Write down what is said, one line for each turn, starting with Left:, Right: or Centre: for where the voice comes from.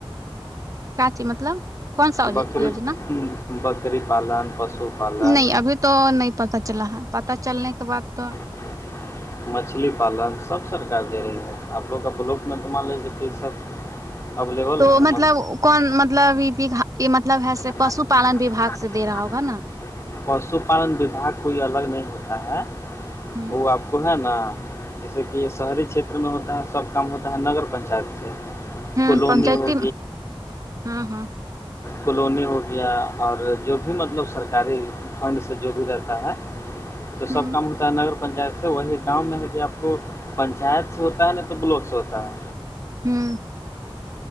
Right: کاچی مطلب کون سا
Left: بکری
Right: یوجنا
Left: بکری پالن پشو پالن
Right: نہیں ابھی تو نہیں پتا چلا ہے پت چلنے کے بعد تو
Left: ا <inaudible> مچھلی پالن سب سرک دے رہی ہے آپ لوگ کا بلوک میں تو مان لےی کہ سب اویلیبل
Right: تو
Left: ہو
Right: مطلب کون مطلب یہ یہ مطلب ہے
Left: <inaudible>
Right: پشو پالن وباگ سے دے رہا ہوگا نا
Left: پشو پالن وھاگ کوئی الگ نہیں ہوتا ہے
Right: ہ
Left: وہ آپ کو ہے نا جیسے کہ شہری چھیتر میں ہوتا ہے سب کام ہوتا ہے نگر پنچایت سے
Right: ہاں
Left: کالونی
Right: پنچاتی
Left: ہو
Right: ہاں ہاں
Left: کلونی ہو گیا اور جو بھی مطلب سرکاری فنڈ سے جو بھی رہتا ہے تو
Right: ہ
Left: سب کام ہوتا ہے نگر پنچایت سے وہی کام میں ہے کہ آپ کو پنچایت سے ہوتا ہے نہیں تو بلاک سے ہوتا ہے
Right: ہوں